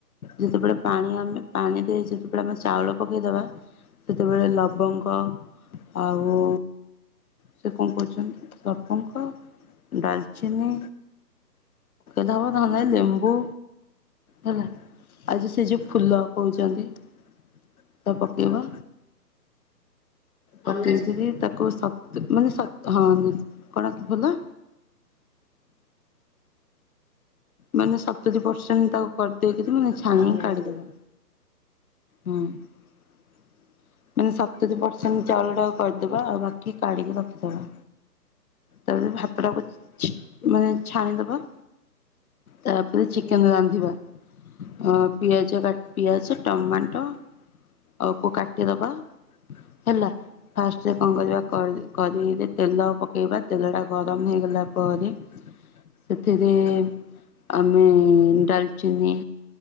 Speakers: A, on the left; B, in the centre.
A: ଯେତେବେଳେ ପାଣି ଆମେ ପାଣି ଦେଇ ଯେତେବେଳେ ଆମେ ଚାଉଳ ପକେଇଦବା ସେତେବେଳେ ଲବଙ୍ଗ ଆଉ ସେ କଣ କହୁଛନ୍ତି ଲବଙ୍ଗ, ଡାଲଚିନି। ଦବ ଧାନରେ ଲେମ୍ବୁ ହେଲା ଆଜି ସେ ଯୋଉ ଫୁଲ କହୁଛନ୍ତି। ତାକୁ ପକେଇବା ପକେଇକରି
B: ଅନାସୀ
A: ତାକୁ ସଫା ମାନେ ସତ ହଁ କଣ କି ଭଲ? ମାନେ ସତୁରି ପରସେଣ୍ଟ ତାକୁ କରିଦେଇକିରି ମାନେ ଛାଣିକି
B: ଅନାସୀ
A: କାଢିଦେବା। ହୁଁ। ମାନେ ସତ୍ ସତୁରି ପରସେଣ୍ଟ୍ ଚାଉଳଟାକୁ କରିଦବା ବାକି କାଢ଼ିକି ରଖିଦବା। ତା ପରେ ଭାତଟାକୁ ଛି ମାନେ ଛାଣିଦବା। ତାପରେ
B: ହୁଁ
A: ଚିକେନ୍ ରାନ୍ଧିବା। ଅ ପିଆଜ କାଟିଆ ସ ଟମାଟ ସବୁ କାଟିଦବା ହେଲା ଫାଷ୍ଟରେ କଣ କରିବା କରି କରିଇରେ ତେଲ ପକେଇବା ତେଲ ପକେଇବା ତେଲଟା ଗରମ ହେଇଗଲା ପରେ ସେଥିରେ ଆମେ ଡାଲ୍ଚିନି